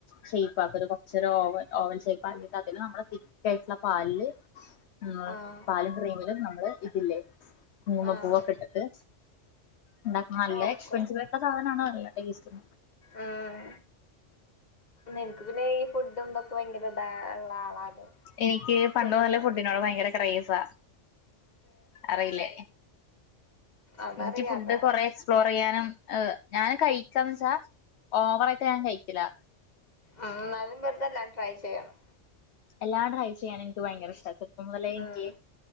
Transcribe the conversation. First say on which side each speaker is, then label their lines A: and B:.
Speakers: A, on the left (about 65°); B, on the left (about 35°).
A: ഷേപ്പ് ആ ഒരു കൊറച്ചൊ ഓവ ഓവൻ ഷേപ്പ് ആക്കിട്ട് അതിന് നമ്മള് തിക്കായിട്ടുള്ള പാലില് ഉ
B: ആഹ്
A: പാലും ക്രീമിലും നമ്മള് ഇതില്ലേ കുങ്ങ്മ
B: ആഹ്
A: പൂവൊക്കെ ഇട്ടട്ട് ഉണ്ടാക്ക നല്ല
B: ഓക്കോണ്
A: എക്സ്പെൻസീവ് ആയിട്ട സാധനണ് നല്ല ടേസ്റ്റി
B: ഉം നിനക്ക് പിന്നെ ഈ ഫുഡും ഇതൊക്കെ ഭയങ്കര ഇതാള്ള ആളാരോ
A: എനിക്ക് പണ്ട്
B: ഫുഡന്ന്
A: മുതലേ ഫുഡിനോട് ഭയങ്കര ക്രേസാ അറിയില്ലേ
B: അതറിയാ
A: ഇനിക്ക് ഫുഡ്
B: അതാ
A: കൊറെ എക്സ്പ്ലോർ പറയാനും ഞാന് കഴിക്കന്ന് വെച്ചാ ഓവറായിട്ട് ഞാൻ കഴിക്കില്ല
B: ഉ അന്നലും വെറുത എല്ലാം ട്രൈ ചെയ്യണം
A: എല്ലാം ട്രൈ ചെയ്യാൻ എനിക്ക് ഭയങ്കരഷ്ടട്ട മുതലേനിക്ക്
B: ഉം